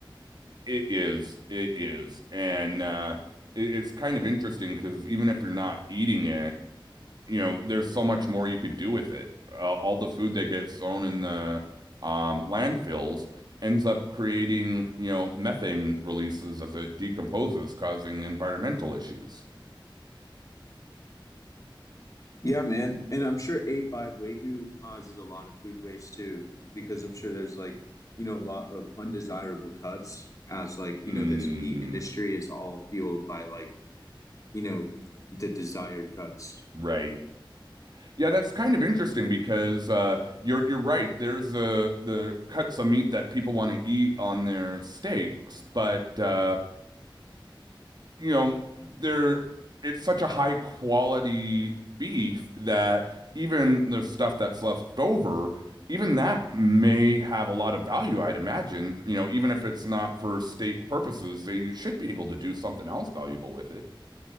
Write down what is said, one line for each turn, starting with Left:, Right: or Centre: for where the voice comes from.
Right: It is, it is. And uh, it, it's kind of interesting because even if you're not eating it, you know, there's so much more you could do with it. Uh, all the food that gets thrown in the um, landfills ends up creating, you know, methane releases as it decomposes, causing environmental issues.
Left: Yeah, man. And I'm sure A5 Wagyu causes a lot of food waste too, because I'm sure there's like, you know, a lot of undesirable cuts as like,
Right: Mm,
Left: you know, this meat industry is all fueled by like, you know, the desired cuts.
Right: right. Yeah, that's kind of interesting because uh, you're you're right. There's uh, the cuts of meat that people want to eat on their steaks, but uh, you know, they're it's such a high quality beef that even the stuff that's left over, even that may have a lot of value, I'd imagine. You know, even if it's not for steak purposes, they should be able to do something else valuable with it.